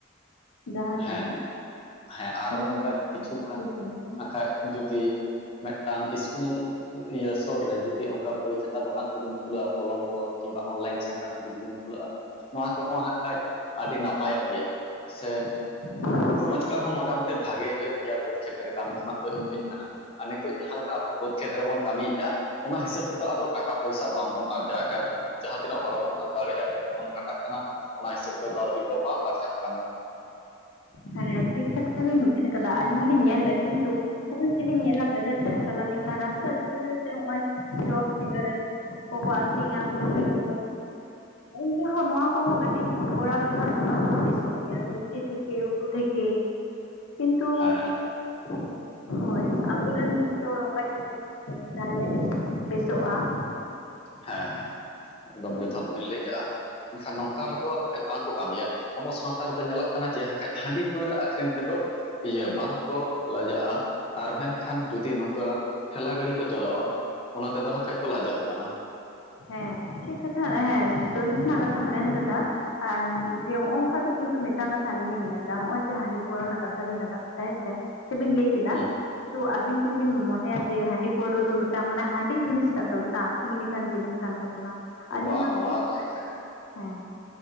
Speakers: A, on the left; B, on the left.
A: ᱰᱟᱦᱟᱨ
B: ᱦᱮᱸ
A: ᱠᱟᱱᱟ
B: ᱦᱮᱸ ᱟᱨᱚ
A: <inaudible>
B: ᱚᱱᱠᱟ ᱠᱤᱪᱷᱩ ᱜᱟᱱ ᱦᱟᱸᱜᱠᱷᱟᱡ ᱡᱩᱫᱤ ᱢᱤᱫᱴᱟᱝ ᱤᱥᱠᱩᱞ ᱾ ᱤᱭᱟᱹ ᱥᱩᱨ ᱨᱮ ᱡᱩᱫᱤ ᱚᱱᱠᱟ ᱵᱳᱭ ᱠᱷᱟᱛᱟ ᱫᱚᱠᱟᱱ ᱠᱚᱵᱤᱱ ᱠᱷᱩᱞᱟᱹᱼᱟ ᱠᱚᱞᱚᱢ ᱠᱚ ᱠᱤᱢᱵᱟ ᱚᱱᱞᱟᱭᱤᱱ ᱥᱮᱱᱴᱟᱨ ᱾ ᱠᱚ ᱡᱩᱫᱤ ᱵᱤᱱ ᱠᱷᱩᱞᱟᱹᱜᱼᱟ ᱱᱚᱣᱟ ᱠᱚᱦᱚᱸ ᱦᱟᱠᱷᱟᱡ ᱟᱹᱰᱤ ᱱᱟᱯᱟᱭᱚᱜ ᱜᱮᱭᱟ ᱥᱮ
A: <unintelligible>
B: ᱨᱳᱡᱽᱜᱟᱨ ᱦᱚᱸ ᱢᱚᱴᱟᱢᱩᱴᱤ ᱵᱷᱟᱜᱮ ᱦᱩᱭᱩᱜ ᱜᱮᱭᱟ ᱵᱟᱹᱫᱽ ᱠᱷᱮᱛᱨᱮ ᱠᱟᱹᱢᱤ ᱠᱷᱚᱱᱟᱜ ᱫᱚ ᱤᱧ ᱫᱩᱧ ᱢᱮᱱᱟ ᱾ ᱟᱨ ᱱᱤᱛᱚᱜ ᱡᱟᱦᱟᱸ ᱞᱮᱠᱟ ᱟᱵᱚ ᱵᱟᱹᱫᱽ ᱠᱷᱮᱛ ᱨᱮᱵᱚᱱ ᱠᱟᱹᱢᱤᱭᱮᱫᱼᱟ ᱚᱱᱟ ᱦᱤᱥᱟᱹᱵ ᱛᱮᱫᱚ ᱟᱵᱚ ᱴᱟᱠᱟ ᱯᱚᱭᱥᱟ ᱵᱟᱝᱵᱚᱱ ᱟᱨᱡᱟᱣᱮᱫᱼᱟ ᱡᱟᱦᱟᱸ ᱛᱤᱱᱟᱹᱜ ᱦᱚᱲ ᱵᱚ ᱫᱟᱲᱮ ᱮᱢ ᱠᱟᱛᱮ ᱵᱚᱱ ᱠᱷᱟᱴᱟᱜ ᱾ ᱠᱟᱱᱟ ᱚᱱᱟ ᱦᱤᱥᱟᱹᱵ ᱫᱚ ᱠᱟᱹᱣᱰᱤ ᱠᱚ ᱵᱟᱝ ᱟᱨᱡᱟᱜ ᱠᱟᱱᱟ ᱾
A: ᱦᱮᱸ ᱴᱷᱤᱠ ᱠᱟᱛᱷᱟ ᱵᱤᱱ ᱩᱪᱷᱟᱹᱱ ᱠᱟᱫᱟ ᱟᱹᱞᱤᱧ ᱦᱚᱞᱤᱧ ᱧᱮᱞᱫᱟ ᱠᱤᱱᱛᱩ ᱾ ᱦᱚᱸᱜᱼᱚᱭ ᱡᱩᱫᱤᱧ ᱧᱮᱞᱟ ᱵᱟᱡᱟᱨ ᱥᱮᱫ ᱪᱟᱞᱟᱣ ᱞᱮᱱᱠᱷᱟᱱ ᱨᱟᱥᱛᱟ ᱫᱷᱟᱨᱮ ᱫᱷᱟᱨᱮᱛᱮ ᱱᱚᱜ ᱚᱚᱭ ᱡᱚᱯ ᱥᱤᱸᱜᱟᱹᱲᱟ ᱾ ᱠᱚᱠᱚ ᱟᱹᱠᱷᱨᱤᱧᱟ ᱜᱷᱩᱜᱲᱤ ᱠᱚ ᱚᱱᱠᱟ ᱦᱚᱸ ᱱᱚᱣᱟ ᱠᱚ ᱾ ᱦᱟᱹᱠᱩ ᱦᱚᱸ ᱠᱟᱹᱴᱤᱡ ᱠᱚᱨᱟᱣ ᱞᱮᱠᱷᱟᱱ ᱫᱚᱠᱟᱱ ᱦᱚᱸ ᱵᱮᱥᱚᱜ ᱜᱮᱭᱟ ᱨᱩᱴᱤ ᱛᱷᱮᱠᱮ ᱩᱛᱩ ᱛᱷᱮᱠᱮ ᱾ ᱠᱤᱱᱛᱩ,
B: ᱦᱮᱸ <unintelligible>
A: ᱦᱳᱭ, ᱟᱵᱚᱨᱮᱱ ᱫᱚ ᱱᱚᱝᱠᱟ ᱡᱩᱫᱤ ᱠᱚᱣᱟ ᱛᱟᱦᱚᱞᱮ ᱵᱮᱥᱚᱜᱼᱟ ᱾
B: ᱦᱮᱸ ᱦᱮᱸ ᱮᱠᱫᱚᱢ ᱡᱚᱛᱷᱟᱫᱽ ᱵᱤᱱ ᱞᱟᱹᱭ ᱠᱟᱜᱼᱟ ᱢᱮᱱᱠᱷᱟᱱ ᱱᱚᱝᱠᱟ ᱨᱮ ᱫᱚ ᱵᱟᱠᱷᱟᱡ ᱵᱟᱝᱠᱚ ᱠᱟᱹᱢᱤᱭᱟ ᱾ ᱟᱵᱚ ᱥᱟᱶᱛᱟ ᱨᱮ ᱫᱚ ᱧᱮᱞᱚᱜ ᱠᱟᱱᱟ ᱡᱮᱠᱟᱱ ᱦᱟᱺᱰᱤ ᱯᱟᱹᱣᱨᱟᱹ ᱟᱹᱷᱨᱤᱧ ᱛᱮ ᱫᱚ ᱾ ᱤᱭᱟᱹ ᱵᱟᱝᱠᱚ ᱞᱟᱡᱟᱜᱼᱟ ᱟᱨ ᱢᱮᱱ ᱠᱷᱟᱱ ᱡᱩᱫᱤ ᱱᱚᱝᱠᱟ ᱴᱷᱮᱞᱟ ᱜᱟᱹᱲᱤ ᱠᱚ ᱪᱟᱞᱟᱣᱟ ᱚᱱᱟ ᱛᱮᱫᱚ ᱦᱟᱸᱜ ᱠᱷᱟᱡ ᱠᱚ ᱞᱟᱡᱟᱜ ᱠᱟᱱᱟ ᱾
A: ᱦᱮᱸ ᱴᱷᱤ ᱠᱟᱛᱷᱟ ᱦᱮᱸ ᱡᱚᱥᱚ ᱠᱷᱚᱱᱟᱜ ᱠᱟᱛᱷᱟᱢ ᱢᱮᱱ ᱠᱟᱫᱟ᱾ ᱮᱢ ᱡᱮ ᱱᱚᱜᱼᱚ ᱱᱚᱝᱠᱟ ᱫᱚ ᱠᱤᱱᱛᱩ ᱢᱤᱫᱴᱟᱝ ᱠᱟᱛᱷᱟ ᱟᱞᱤᱧ ᱞᱤᱧ ᱢᱮᱱᱫᱟ ᱱᱚᱜᱼᱚᱭ ᱡᱮ ᱦᱟᱺᱰᱤ ᱯᱟᱹᱣᱨᱟᱹ ᱨᱮᱱᱟᱜ ᱠᱟᱛᱷᱟ ᱵᱤᱱ ᱨᱟᱠᱟᱵ ᱠᱮᱫᱟ ᱦᱮᱸ ᱥᱮ ᱾ ᱥᱮᱵᱤᱱ ᱞᱟᱹᱭ ᱠᱮᱫᱟ,
B: ᱦᱩᱸ ᱦᱩᱸ
A: ᱛᱚ ᱟᱹᱵᱤᱱ ᱠᱤᱵᱤᱱ ᱢᱚᱱᱮᱭᱟ ᱡᱮ ᱦᱟᱺᱰᱤ ᱯᱟᱹᱣᱨᱟᱹ ᱫᱚ ᱢᱤᱫᱴᱟᱝ, ᱢᱟᱱᱮ ᱦᱟᱺᱰᱤ ᱡᱤᱱᱤᱥ ᱴᱟᱜ ᱫᱚ ᱢᱮᱫᱴᱟᱝ ᱟᱠᱷᱨᱤᱧ ᱞᱮᱠᱟᱱ ᱡᱤᱱᱤᱥ ᱠᱟᱱ ᱛᱟᱵᱚᱱᱟ? ᱟᱹᱞᱤᱧ
B: ᱵᱟᱝ,
A: ᱢᱟᱛᱚᱞᱤᱧ
B: ᱱᱚᱣᱟ ᱫᱚ ᱦᱟᱸᱜ ᱠᱷᱟᱡ
A: ᱦᱮᱸ